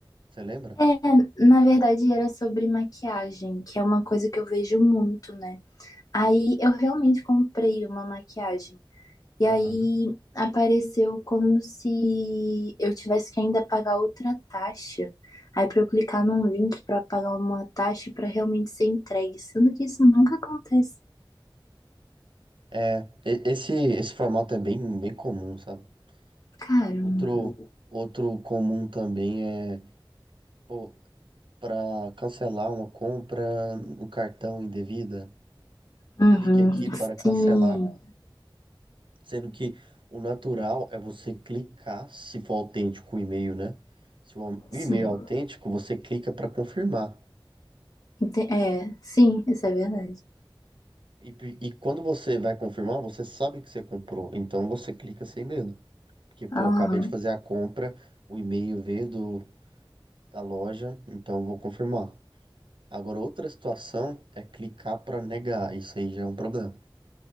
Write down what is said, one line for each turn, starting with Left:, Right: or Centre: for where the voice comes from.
Right: Você lembra?
Left: É, na verdade era sobre maquiagem, que é uma coisa que eu vejo muito, né? Aí eu realmente comprei uma maquiagem. E
Right: Aham.
Left: aí apareceu como se eu tivesse que ainda pagar outra taxa. Aí para eu clicar num link para pagar uma taxa para realmente ser entregue, sendo que isso nunca acontece.
Right: É, e- esse, esse formato é bem, bem comum, sabe?
Left: Caramba.
Right: Outro, outro comum também é, pô, para cancelar uma compra no cartão indevida,
Left: Uhum.
Right: clique aqui para cancelar.
Left: Sim,
Right: Sendo que o natural é você clicar, se for autêntico o e-mail, né? Se o
Left: sim.
Right: e-mail é autêntico, você clica para confirmar.
Left: Ente- É, sim, isso é verdade.
Right: E, pe- e quando você vai confirmar, você sabe que você comprou, então você clica sem medo. Porque, pô,
Left: Aham,
Right: acabei de fazer a compra, o e-mail veio do da loja, então vou confirmar. Agora, outra situação é clicar para negar. Isso aí já é um problema.